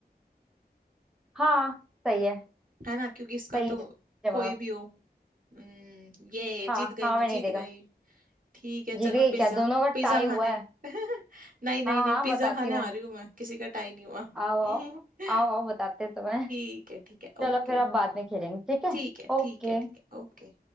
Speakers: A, in the centre; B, on the right.
A: हाँ सही है
B: है ना क्योंकि इसका
A: सही
B: तो
A: जवाब
B: कोई भी हो हम्म ये
A: हाँ
B: जीत गई
A: हाँ
B: मैं
A: मैं
B: जीत
A: नहीं देगा
B: गई ठीक है चलो
A: जीत गई
B: पिज्जा
A: क्या दोनों का टाई
B: पिज्जा खाने
A: हुआ है
B: <laughs> नहीं नहीं
A: हाँ
B: नहीं
A: हाँ
B: पिज्जा
A: बताती
B: खाने
A: हूँ
B: आ रही हूँ मैं किसी का टाई नहीं हुआ
A: आओ आओ
B: <laughs>
A: आओ आओ बताते हैं तुम्हें
B: ठीक है ठीक है
A: चलो
B: ओके
A: फिर अब बाद में खेलेंगे ठीक
B: ठीक
A: है
B: है ठीक
A: ओके
B: है ठीक है ओके